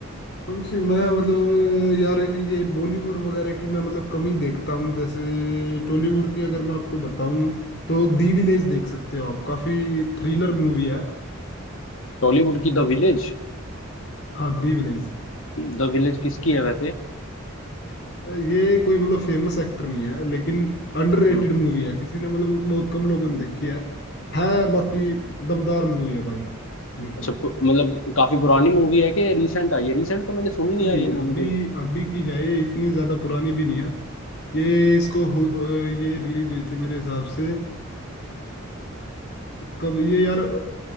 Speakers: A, on the left; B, on the left.
A: कौन सी मैं मतलब यार ये बॉलीवुड वगैरह की मैं मतलब कम ही देखता हूँ जैसे टॉलीवुड की अगर मैं आपको बताऊं तो दी विलेज देख सकते हो आप काफी थ्रिलर मूवी है
B: टॉलीवुड की द विलेज
A: हाँ दी विलेज
B: द विलेज किसकी है वैसे
A: ये कोई मतलब फेमस एक्टर नहीं है लेकिन अंडररेटेड
B: हम्म
A: मूवी है किसी ने मतलब बहुत कम लोगों ने देखी है है बाकी दमदार मूवी है भाई बिल्कुल
B: अच्छा पु- मतलब काफी पुरानी मूवी है कि रिसेंट आई है रिसेंट तो मैंने सुनी नहीं
A: नहीं
B: यार ये मूवी
A: अभी
B: कोई
A: अभी की है ये इतनी ज्यादा पुरानी भी नहीं है ये इसको हु- अ, ये रिलीज हुई थी मेरे हिसाब से कब ये यार